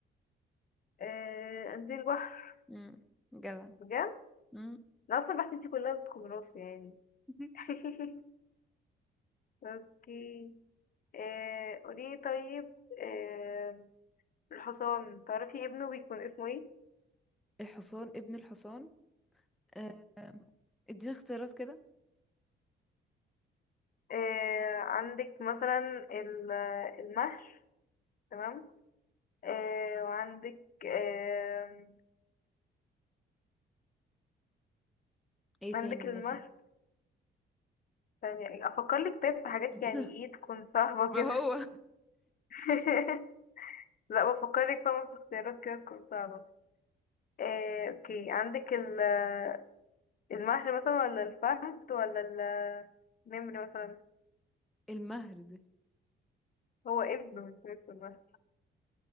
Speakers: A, on the left (about 45°); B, in the centre.
A: آه قد ايه البحر
B: امم جدع
A: بجد
B: امم
A: انا اصلا بحس انتي كلها بتكون راسه يعني
B: <laughs>
A: <laughs> اوكي آه قولي طيب آه الحصان تعرفي ابنه بيكون اسمه ايه
B: الحصان ابن الحصان آه آه، ادينا اختيارات كده
A: آه عندك مثلا ال- المهر تمام آه وعندك آه
B: ايه
A: عندك
B: تاني
A: المهر
B: مثلا
A: ثانية افكر لك طيب في حاجات
B: <laughs>
A: يعني ايه تكون صعبة
B: يبقى
A: كده
B: هو
A: <laughs> لا بفكر لك طبعا في اختيارات كده تكون صعبة إيه، اوكي عندك ال- المهر مثلا ولا الفهد ولا ال- النمر مثلا
B: المهر ده
A: هو ابنه مش اسمه المهر